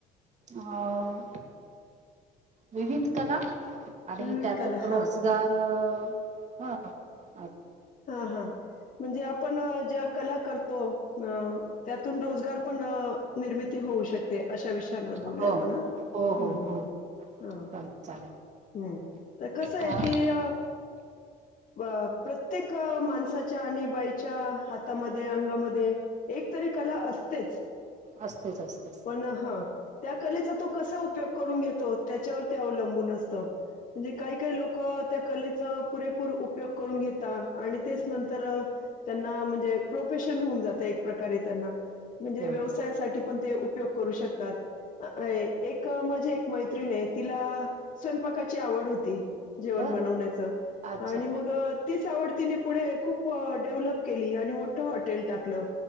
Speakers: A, on the right (about 45°); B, on the left (about 50°).
A: अं विविध कला. आणि
B: विविध
A: त्यातून
B: कला हा
A: रोजगारअ हं हं.
B: हां हां म्हंजे आपण ज्या कला करतो अं त्यातून रोजगार पणअ निर्मिती होऊ शकते. अशा विषयांवर
A: हो.
B: बोलूया आपण हां हम्म
A: हो हो हो
B: हम् हां.
A: चालेल चालेल
B: हम्म तर कसाय
A: हा
B: कीअ अ प प्रत्येक माणसाच्या आणि बाईच्या हातामध्ये, अंगामध्ये एकतरी कला अस... तेच
A: असतेच असतेच
B: पण हां त्या कलेचा.... तो कसा उपयोग करून घेतो त्याच्यावरती अवलंबून असतं. म्हंजे काही काही लोकअ त्या कलेच पुरेपूर उपयोग करून घेत...... ता आणि तेच नंतरअ त्यांना म्हंजे प्रोफेशन हुन जात एक प्रकारे त्यांना....... म्हंजे
A: हो
B: व्यवसायासाठी पण ते उपयोग करू शकतात. अंअ एक माझी एक मैत्रिणे तिलाआ स्वयंपाकाची आवड होती. जेवण
A: बर
B: बणवण्याचं
A: अच्छा
B: आणि मग तीच आवडतीने पुढे खूपअ डेव्हलप केली आणि मोठं हॉटेल टाकलं.